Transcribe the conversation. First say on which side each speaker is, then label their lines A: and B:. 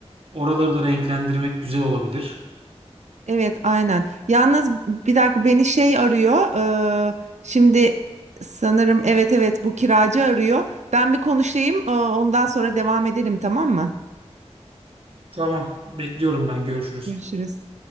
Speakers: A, on the right (about 55°); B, on the right (about 85°).
A: oraları da renklendirmek güzel olabilir.
B: Evet, aynen. Yalnız bir dakika beni şey arıyor. e, şimdi sanırım evet evet bu kiracı arıyor. Ben bir konuşayım. e, ondan sonra devam edelim tamam mı?
A: Tamam, bekliyorum ben. Görüşürüz.
B: Görüşürüz.